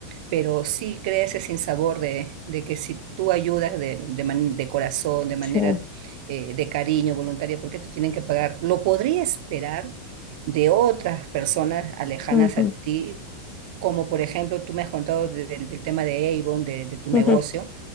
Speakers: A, on the right; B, on the left.
A: pero sí crea ese sinsabor de, de que si tú ayudas de, de, man- de corazón, de manera
B: Sí.
A: eh, de cariño, voluntaria, ¿por qué te tienen que pagar? Lo podría esperar de otras personas alejanas
B: Ujú,
A: a ti, como por ejemplo tú me has contado de- del del tema de Avon, de, de tu
B: ujú,
A: negocio,